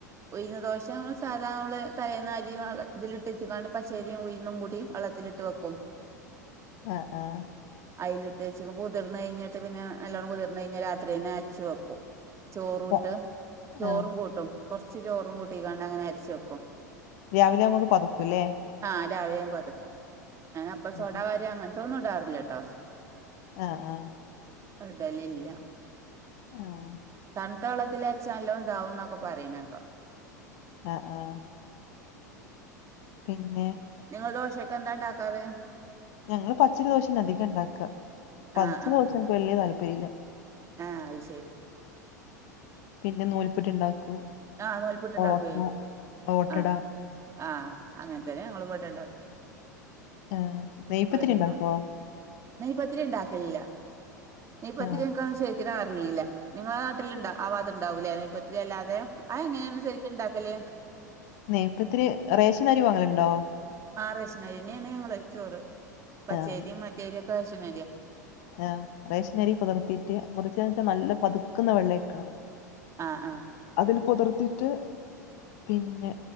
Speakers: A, on the right (about 30°); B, on the left (about 60°).
A: ഉഴുന്ന ദോശ സാധാരണമ്മൾ തലേ ന അരിയും ഇതിലിട്ടച്ച്ക്കാണ്ട് പച്ചേരിയും ഉയന്നും കൂടി വള്ളത്തിലിട്ട് വെക്കും.
B: ആഹ് ആഹ്
A: അയിലിട്ട് വച്ച് കുതിർ കഴിഞ്ഞിട്ട് പിന്നെ നല്ലണ്ണം കുതിർന്ന് കഴിഞ്ഞാൽ രാത്രി തന്നെ അരച്ച് വെക്കും. ചോറൂട്ട്,
B: ര-
A: ചോറും
B: ആ
A: കൂട്ടും കൊറച്ച് ചോറും കൂട്ടികണ്ട അങ്ങനെ അരിച്ചു വെക്കും.
B: രാവിലെ നമ്മുക്ക് പതുക്കൂല്ലേ?
A: ആഹ് രാവിലെ ആമ്പോതേക്കും ഞാൻ അപ്പ സോടകാര്യം
B: ആ
A: അങ്ങനത്തൊന്നും ഇടാറില്ലട്ടോ.
B: ആഹ് ആഹ്
A: അടലില്ല
B: ആഹ്
A: തണുത്ത വെള്ളത്തിലരച്ചാ നല്ലോ എന്താവന്നൊക്കെ പറയനേക്ക.
B: ആഹ് ആഹ് പിന്നെ
A: നിങ്ങള് ദോശക്കെന്താ ണ്ടാക്കാറ്?
B: ഞങ്ങള് പച്ചരി ദോശന്നെ അധികം ഉണ്ടാക്ക പച്ച
A: ആഹ് ആഹ്
B: ദോശ എനിക്ക് വലിയ താല്പര്യ ഇല്ല.
A: ആഹ് അത് ശരി
B: പിന്നെ നൂലിപ്പുട്ട് ഉണ്ടാക്കും
A: ആഹ് നൂൽപുട്ട്ണ്ടാക്കുവേ
B: <unintelligible> ഓട്ടട
A: ആഹ് ആഹ് അങ്ങനെത്തന്നെ ഞങ്ങളും ഇടെണ്ടാക്കും
B: ആ നെയ്പ്പത്തിരി
A: ഇവിടെ
B: ഇണ്ടാക്കോ
A: നൂ നെയ്പത്തിരി ഉണ്ടാക്കലില്ല നെയപ്പത്തിരിക്കശേ
B: ആ
A: <unintelligible> അറിയില്ല നിങ്ങളെ ആ നാട്ടിലുണ്ടാ ആ ഭാത്തുണ്ടാവുല്ലേ നെയ്പത്തിരി അല്ലാതെ ആ എങ്ങനെയ ണ്ടാക്കല്
B: നയ്പ്പഇത്തിരി റേഷൻ അരി വാങ്ങലുണ്ടോ
A: ആഹ് റേഷനരിനെയാണ് ഞങ്ങളെ ഈ ചോറ് പച്ചേരിയും
B: ആഹ്
A: മറ്റേരിയും ഒക്കെ റേഷനരിയ
B: ആഹ് റേഷനരി പുതർത്തിട്ട് കുതിച്ച വെച്ചാൽ നല്ല പതിക്കുന്ന വെള്ളം ആരിക്കണം
A: ആഹ് ആഹ്
B: അതിൽ പുതർത്തിട്ട് പിന്നെ